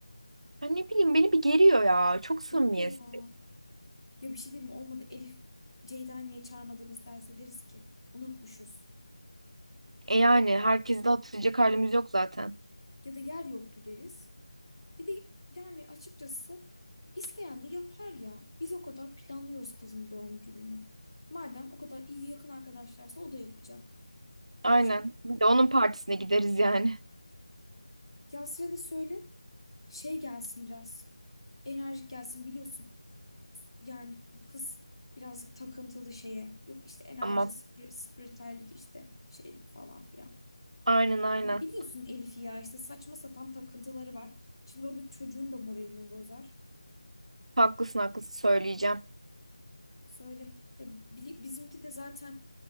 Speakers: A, on the right; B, on the left.
A: Ya ne bileyim beni bir geriyor ya. Çok samimiyetsiz.
B: Beni de ya. Ya bir şey diyeyim mi? Olmadı Elif Ceyda'yı niye çağırmadınız derse deriz ki unutmuşuz.
A: E yani herkesi de hatırlayacak halimiz yok zaten.
B: Ya da yer yoktu deriz. Bir de yani açıkçası isteyen de yapar ya. Biz o kadar planlıyoruz kızın doğum gününü. Madem o kadar iyi yakın arkadaşlarsa o da yapacak.
A: Aynen.
B: Şaka.
A: Bir
B: gibi.
A: de onun partisine gideriz yani.
B: Yasir'e de söyle. şey gelsin biraz. Enerjik gelsin biliyorsun. Yani bu kız birazcık takıntılı şeye. Yok işte enerji,
A: <laughs> Ama
B: spir- spiritüellik işte şeylik falan filan.
A: aynen aynen.
B: Ya biliyorsun Elif'i ya işte saçma sapan takıntıları var. Şimdi orada çocuğun da moralini bozar.
A: Haklısın haklısın söyleyeceğim.
B: Söyle ya bili- bizimki de zaten